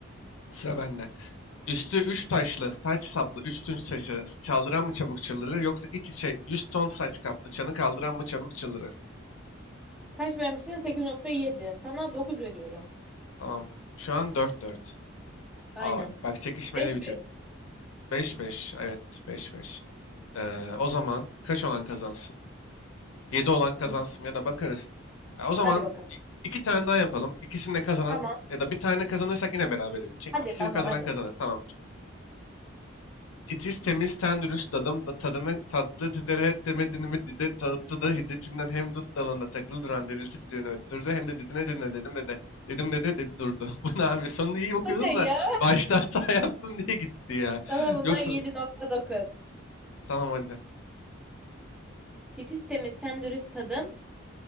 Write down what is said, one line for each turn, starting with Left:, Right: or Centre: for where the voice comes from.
Left: Sıra bende. Üstü üç taşlı, taç saplı, üç tunç taşı, çaldıran mı çabuk çıldırır, yoksa iç içe yüz ton saç kaplı, çanı kaldıran mı çabuk çıldırır.
Centre: Kaç vermişsin? 8.7. Sana 9 veriyorum.
Left: Tamam, şu an dört dört.
Centre: Aynen.
Left: Aa, bak çekişmeyle
Centre: 5-5.
Left: bitiyor. Beş beş. evet beş beş. Ee, o zaman kaç olan kazansın? yedi olan kazansın
Centre: Hı,
Left: ya da bakarız. Ya o zaman
Centre: Hadi bakalım.
Left: i- iki tane daha yapalım. İkisini de kazanan
Centre: Tamam.
Left: ya da bir tane kazanırsak yine berabere bitecek.
Centre: Hadi
Left: İkisini
Centre: tamam
Left: kazanan
Centre: hadi.
Left: kazanır, tamamdır. Titiz temiz ten dürüst adam da tadını tattı diderhet demedini mi dide tattı da hiddetinden hem dut dalında takılı duran dirilti düdüğünü öttürdü hem de didine didine dedim dede dedim dede dedi durdu. <laughs> Bu ne abi sonunda iyi okuyordun
Centre: Bu ne
Left: da
Centre: ya?
Left: başta hata <laughs> yaptım diye gitti ya.
Centre: Sana bundan
Left: Yoksa
Centre: 7.9.
Left: tamam hadi.
Centre: Titiz temiz ten dürüst tadım.